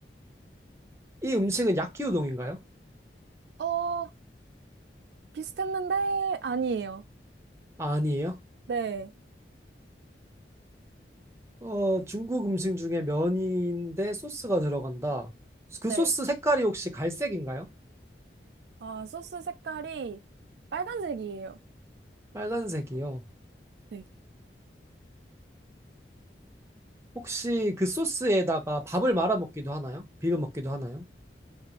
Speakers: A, on the right (about 15°); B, on the right (about 75°).
A: 이 음식은 야끼우동인가요?
B: 어, 비슷했는데 아니에요.
A: 아니에요.
B: 네,
A: 어, 중국 음식 중에 면인데 소스가 들어간다. 그
B: 네.
A: 소스 색깔이 혹시 갈색인가요?
B: 아, 소스 색깔이 빨간색이에요.
A: 빨간색이요.
B: 네.
A: 혹시 그 소스에다가 밥을 말아 먹기도 하나요? 비벼 먹기도 하나요?